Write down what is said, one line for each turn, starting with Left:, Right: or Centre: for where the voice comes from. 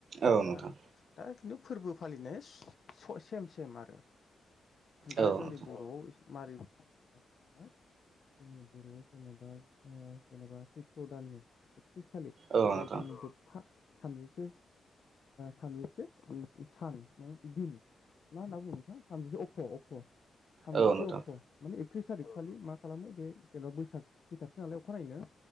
Right: औ
Left: दा
Right: नोंथां
Left: दा खिन्थु फोरबो फालिनाया सेम सेम आरो दा
Right: औ
Left: जोंनि
Right: नोंथां
Left: बर'आव मारै फ जोंनि बर'आव जेनेबा जेनेबा सैथ्र दाननि एकथ्रिस थारिख
Right: औ
Left: जायखौनो
Right: नोंथां
Left: जथा थामजिसे सामजिसे सान न दिन मा होनना बुङो नोंथां थामजिसे अक्ट' अक्ट' थामजिसे
Right: औ नोंथां
Left: अक्ट' माने एकथ्रिस थारिख खालि मा खालामो बे जेन'ा बैसाग फैथारसै नालाय अखानायैनो